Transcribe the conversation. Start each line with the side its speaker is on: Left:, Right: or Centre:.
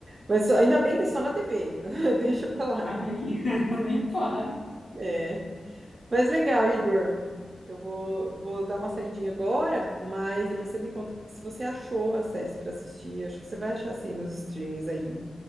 Right: Mas só- ainda bem que é só na TV. <laughs> Deixa pra lá.
Left: Amém. <laughs> Nem fale.
Right: É. Mas legal, Igor. Eu vou, vou dar uma saidinha agora, mas depois você me conta que- se você achou as séries para assistir. Acho que você vai achar assim nos streamings aí.